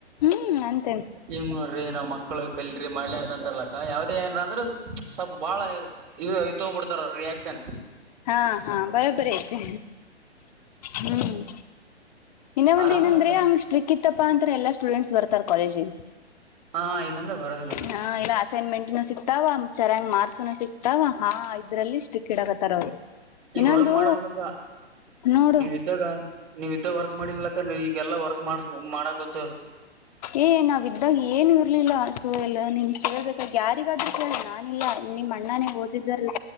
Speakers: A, on the left; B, on the right.
A: ಹ್ಮ್ ಅಂತೇನ್
B: ಹಂಗ ನೋಡ್ರಿ ನಾವ್ ಮಕ್ಳು ಕಲ್ರಿ ಮಿ ಅಂತ ಅಂತರ್ಲಕ್ಕ ಯಾವ್ದೇ ಏನ್ರ ಅಂದ್ರ ಸ್ವಲ್ಪ ಬಾಳ ಇ ಇದು ಇ ತಗ್ ಬಿಡ್ತಾರ ರಿಯಾಕ್ಷನ್
A: ಹಾ ಹಾ ಬರೋಬ್ಬರಿ ಐತೆ ಹ್ಮ್ ಇನ್ನೊ ಒಂದ
B: ಆರಾಮಲ್ಲಕ್ಕ
A: ಏನಂದ್ರೆ ಅಂಗ್ರಿಕ್ ಇತ್ತು ಇತ್ತಪ್ಪಾ ಅಂತ್ರ ಎಲ್ಲಾ ಸ್ಟೂಡೆಂಟ್ಸ್ ಬರ್ತಾರೆ ಕಾಲೇಜಿಗೆ
B: ಹಾ ಇಲ್ಲಾಂದ್ರೆ ಬರೋದಿಲ್ಲಕ್ಕ
A: ಹಾ ಇಲ್ಲ ಅಸೈನ್ಮೆಂಟ್ ಸಿಕ್ತ ಸಿತಾವ ಚೆ ಮಾರ್ಸೋಣ ಸಿಕ್ತಾವ ಹಾ ಇದ್ರಲ್ಲಿ ಇಷ್ಟು ಕಿಡಕತ್ತಾರ ಅವ್ರು
B: ಈಗ
A: ಇನ್ನೊಂದು
B: ವರ್ಕ್ ಮಾಡ್ಬೇಕಕ್ಕ
A: ನೋಡು
B: ನೀವ ಇದ್ದಾಗ ನೀವ ಇದ್ದ ವರ್ಕ್ ಮಾಡಿಲ್ಲಕ್ಕ ಈಗೆಲ್ಲ ವರ್ಕ್ ಮಾಡ್ಸ ಮಾಡಕಚಾ
A: ಏ ನಾವ ಇದ್ದಾಗ ಏನು ಇರ್ಲಿಲ್ಲ ಸೊ ಎಲ್ಲ ನೀನ್ ಕೇಳ್ಬೇಕಾಗಿ ಯಾರಿಗಾದ್ರು ಕೇಳಿ ನಾನಿಲ್ಲಾ ನಿಮ್ಮ ಅಣ್ಣಾನೇ ಓದಿದಾರ